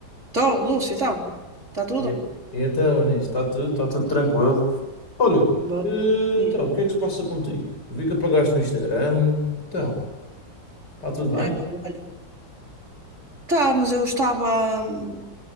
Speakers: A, on the right; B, on the left.
A: Estou, Lúcio, então. Está tudo?
B: E- Então, Nisso, está tudo, está tudo tranquilo. Olha,
A: Boa.
B: eh,
A: Diz.
B: então, o que é que se passa contigo? Vi que apagaste o Instagram. Então, está tudo bem?
A: É, pá, olha. Tá, mas eu estava. hum,